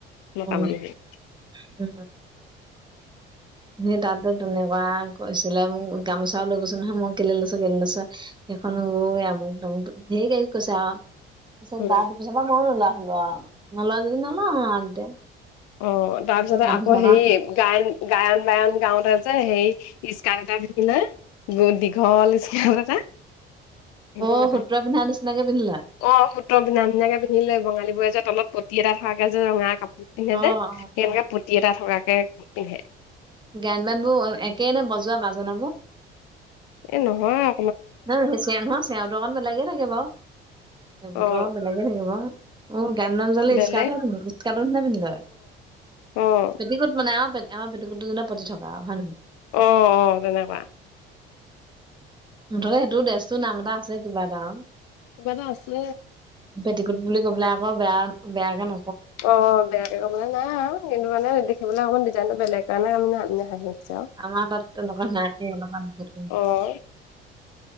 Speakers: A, on the left; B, on the right.
A: মতা
B: উম,
A: মানুহে।
B: উম! সেই তাতে তেনেকুৱা কৈছিলে মোক গামোচাও লৈ গৈছোঁ নহয় মই কেলে লৈছা কেলে লৈছা সেইখন ঐ আমুক তামুক ঢেৰ কিবা কিবি কৈছে আও! তাৰপিছত
A: উম,
B: <unintelligible> পিছৰ পৰা ময়ো নোলোৱা হলোঁ আও, নোলোৱা যদি নলওঁ আও তেতিয়া।
A: অ' তাৰপিছতে
B: গামোচাখন
A: আকৌ হেৰি গায়ন গায়ন বায়ন গাওঁতে যে সেই স্কাৰ্টএটা পিন্ধিলে গ দীঘল স্কাৰ্ট এটা। আহিবও
B: অ'
A: নাপায়
B: সূত্ৰ পিন্ধা নিচিনাকে পিন্ধি লয়!
A: অ সূত্ৰ পিন্ধা নিচিনাকে পিন্ধিলে বঙালিবোৰে যে তলত পতি এটা থকাকে যে ৰঙা কাপোৰ পিন্ধে
B: অ',
A: যে,
B: অ',
A: সেনেকে
B: অ',
A: পতি এটা থকাকে পিন্ধে।
B: গায়েন বায়েন বোৰ একেই নে বজোৱা বাজনাবোৰ?
A: এই নহয় আ
B: নয় হে চেঙটো অকন বেলেগে থাকে বাও, সেইবোৰ
A: অ
B: টো আও বেলেগে থাকিব। অঁ গায়েণ বয়েন যোৱালে
A: বেলেগ
B: স্কাৰ্টহে পিন্ধে স্কাৰ্টৰ নিচিনা পিন্ধি লয়।
A: অঁ।
B: পেটিকোট বনাই আও, আমাৰ পেটিকোটটো যেনে পতি থকা আও। হয় নহয়?
A: অঁ অঁ'তেনেকুৱা।
B: মুঠতে সেইটো ডেছটোৰ নাম এটা আছে কিবা এটা আও!
A: কিবা এটা আছে!
B: পেটিকুট বুলি কবলে আকৌ বেয়া বেয়াকে ন
A: অঁ বেয়াকে কবলে নাই আও, কিন্তু মানে দেখিবলে অকমান ডিজাইনটো বেলেগ কাৰণে হাঁহি উঠছে আও!
B: আমাৰ তাত তেনেকুৱা <inaudible>
A: অ